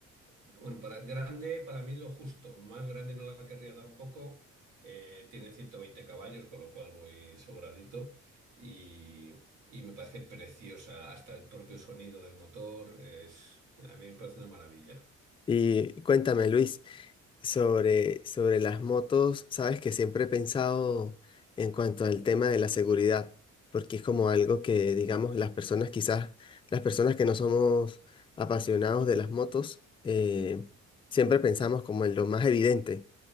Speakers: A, on the right; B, on the left.
A: bueno, para grande, para mí lo justo, más grande no la querría tampoco. Eh, tiene 120 caballos, con lo cual voy sobradito y, y me parece preciosa. Hasta el propio sonido del motor es, a mí me parece una maravilla.
B: Y cuéntame, Luis. Sobre, sobre las motos, sabes que siempre he pensado en cuanto al tema de la seguridad, porque es como algo que, digamos, las personas quizás, las personas que no somos apasionados de las motos, eh, siempre pensamos como en lo más evidente,